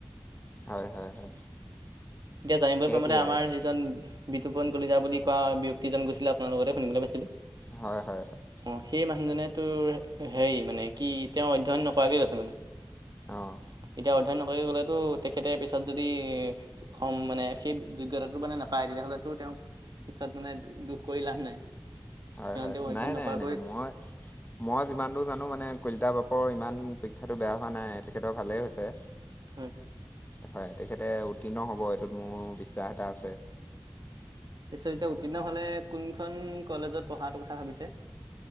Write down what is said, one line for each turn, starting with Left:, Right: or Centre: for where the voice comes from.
Left: হয় হয় হয়।
Right: এতিয়া জানিবলৈ
Left: সেইটোৱেই
Right: পোৱামতে আমাৰ
Left: আৰু
Right: যিজন- বিতুপন কলিতা বুলি কোৱা ব্যক্তিজন গৈছিলে আপোনাৰ লগতে শুনিবলে পাইছিলোঁ।
Left: হয় হয় হয়।
Right: অঁ সেই মানুহজনে তোৰ হেৰি মানে কি তেওঁ অধ্যয়ন নকৰাকে গৈছে মানে।
Left: অঁ
Right: এতিয়া অধ্যয়ন নকৰি গ'লেতো তেখেতে পিছত যদি- সম মানে সেই যোগ্যতাটো মানে নাপায় তেতিয়াহ'লেতো তেওঁক- পিছত মানে দুখ কৰি লাভ নাই
Left: হয়
Right: তেওঁ
Left: হয়
Right: তেওঁ অধ্যয়ন
Left: নাই
Right: নকৰাকৈ-
Left: নাই নাই মই মই যিমান দূৰ জানো মানে কলিতা বাপৰ ইমান পৰীক্ষাটো বেয়া হোৱা নাই তেখেতৰ ভালেই হৈছে।
Right: হয়।
Left: হয়, তেখেতে উত্তীৰ্ণ হ'ব এইটোত মোৰ বিশ্বাস এটা আছে।
Right: পিছে এতিয়া উত্তীৰ্ণ হলে কোনখন কলেজত পঢ়াটো কথা ভাবিছে।